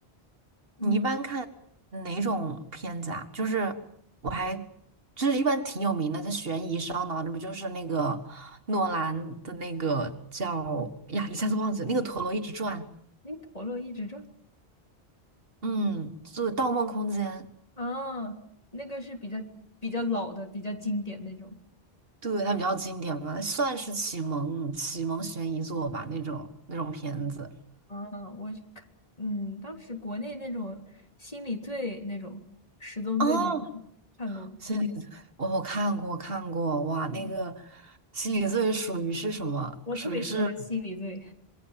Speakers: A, on the left; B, on the right.
A: 嗯，
B: 你一般看哪种片子啊？就是我还就是一般挺有名的，它悬疑烧脑，那不就是那个诺兰的那个叫呀，一下子忘记了那个陀螺一直转。
A: 那陀螺一直转
B: 嗯，就盗梦空间》，
A: 啊，那个是比较比较老的，比较经典那种。
B: 对，它比较经典吧，算是启蒙启蒙悬疑作吧，那种那种片子。
A: 啊，我是看，嗯，当时国内那种心理罪那种十宗罪那种看过吗？
B: 哦，心理罪，
A: <laughs>
B: 我我看过，我看过，哇，那个
A: 嗯
B: 心理罪属于是什么？
A: 我特别喜欢心理罪，
B: 属于是，